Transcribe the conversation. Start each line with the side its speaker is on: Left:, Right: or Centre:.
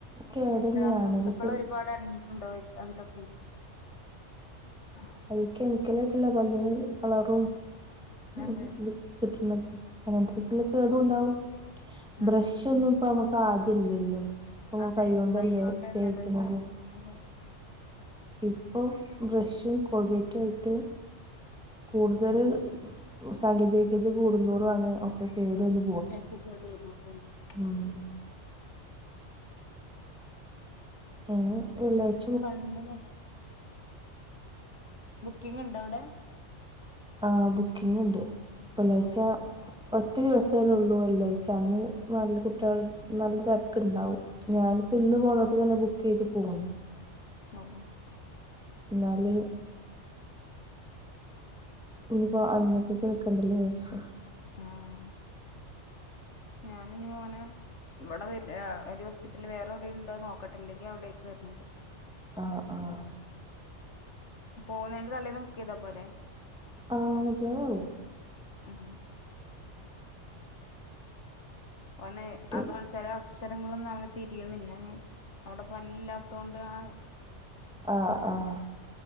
Centre: കേടന്നെയാണ്
Left: രാസവസ്തുക്കള്
Centre: ഇതിൽ
Left: ഒരുപാട് അടങ്ങിയിട്ടുണ്ടാവാര് അതിലൊക്കെ ആഹ്
Centre: അയില് കെമിക്കലായിട്ടുള്ള പല്ലിന് കളറും
Left: അതെ
Centre: ഇതും കിട്ട്ണത് അയിനന്സരിച്ച്ള്ള കേടു ണ്ടാവും
Left: അതെ
Centre: ബ്രഷ് ഒന്നും ഇപ്പ ഞമ്മക്ക് ആദ്യം ഇല്ലല്ലോ പ്പം ഞമ്മള്
Left: അതെ
Centre: കൈ കൊണ്ടല്ലേ
Left: കൈകൊണ്ട് തന്നെയല്ലേ
Centre: തേക്ക്ണത്
Left: വെച്ച് അതെ
Centre: ഇപ്പോ ബ്രഷും കോൾഗേറ്റും ആയിട്ട് കൂടുതൽ സാങ്കേതിക വിദ്യ കൂടുന്തോറാണ് ഒക്കെ കേടുവന്ന്
Left: എഹ് <unintelligible>
Centre: ആഹ് ഞങ ള്ള്യച്
Left: പണ്ട് നഷ് ബുക്കിംഗ് ണ്ടോ അവ്ടെ
Centre: ആഹ് ബുക്കിംഗ് ണ്ട് വെള്ളിയാഴ്ച
Left: ഓ
Centre: ഒറ്റ ദിവസല്ലേള്ളൂ വെള്ളിയാഴ്ച അന്ന് നൽ കുട്ട്യാ നല്ല തെര്ക്ക്ണ്ടാവും ഞാനിപ്പോ ഇന്ന് പോന്നപ്പോ തന്നെ ബുക്കെയ്ത് പോന്നു
Left: ഓഹ്
Centre: ന്നാല് ഇനിപ്പോ അന്നതേക്ക് ഏക്കണ്ടല്ലോ ചാരിച്ച
Left: ആഹ് ഞാനിഞ് മോനെ ഇവിടെ വെ എഹ് ഏതേം ഹോസ്പിറ്റലിൽ വേറെ എവ്ടെണ്ടോന്ന് നോക്കട്ടില്ലെങ്കിൽ അവിടേക്ക് വരണ്ട്
Centre: ആഹ് ആഹ്
Left: പോണേന്റെ തലേന്ന് ബുക്കെയത പോരെ
Centre: ആഹ് മതിയാവും
Left: ഉം ഓൻ
Centre: പിന്നെ
Left: അതാണ് ചെല അക്ഷരങ്ങളൊന്നും അവന് തിരിയണില്ല അ അവിടെ പല്ലില്ലാത്തൊണ്ടാണ്
Centre: ആഹ് ആഹ്